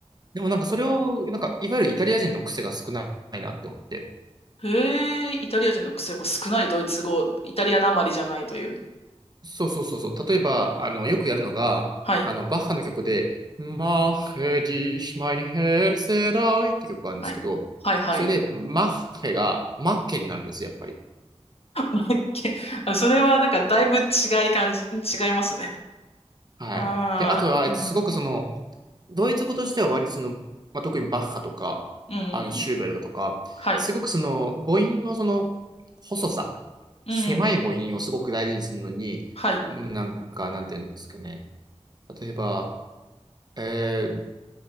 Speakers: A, on the right (about 35°); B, on the left (about 60°).
A: でもなんかそれを、なんか、いわゆるイタリア人の癖が少ないなって思って。
B: へえ、イタリア人の癖が少ないドイツ語、イタリアなまりじゃないという。
A: そうそうそうそう。例えば、あの、よくやるのが、
B: はい。
A: あの、バッハの曲で、マッヘディシマインヘルセライって曲があるんですけど、
B: はい。はい、はい。
A: それで、マッヘがマッケになるんですよ、やっぱり。
B: まあけあ <laughs> それはなんかだいぶ違い感じ、違いますね。<laughs>
A: はい。
B: ああ、
A: で、あとは、
B: はい。
A: すごくその、ドイツ語としては割とその、まあ、特にバッハとか、
B: うんうんうん。
A: あの、シューベルトとか、
B: はい。
A: すごくその、母音のその、細さ、
B: うんうんうん。
A: 狭い母音をすごく大事にするのに、
B: はい。
A: うんなんか、なんていうんですかね。例えば、え